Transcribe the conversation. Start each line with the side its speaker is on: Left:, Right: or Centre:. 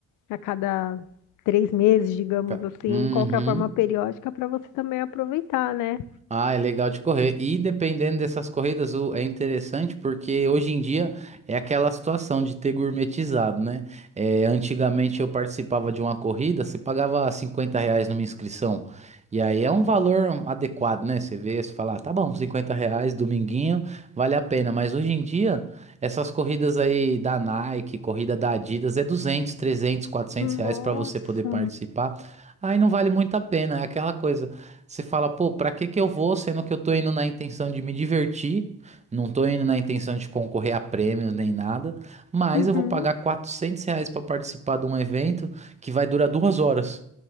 Left: A cada três meses, digamos
Right: ca-
Left: assim,
Right: Uhum.
Left: qual que é a forma periódica para você também aproveitar, né?
Right: Ah, é legal de correr. E dependendo dessas corridas, o- é interessante porque hoje em dia é aquela situação de ter gourmetizado, né? É, antigamente eu participava de uma corrida, você pagava 50 reais numa inscrição. E aí é um valor adequado, né? Você vê, você fala, "Ah, tá bom, 50 reais, dominguinho, vale a pena. Mas hoje em dia, essas corridas aí da Nike, corrida da Adidas, é duzentos, trezentos, quatrocentos reais
Left: Nossa.
Right: para você poder participar. Aí não vale muito a pena, é aquela coisa. Você fala, pô, pra que que eu vou, sendo que eu tô indo na intenção de me divertir, não tô indo na intenção de concorrer a prêmios nem nada, mas
Left: Uhum.
Right: eu vou pagar 400 reais pra participar de um evento que vai durar duas horas.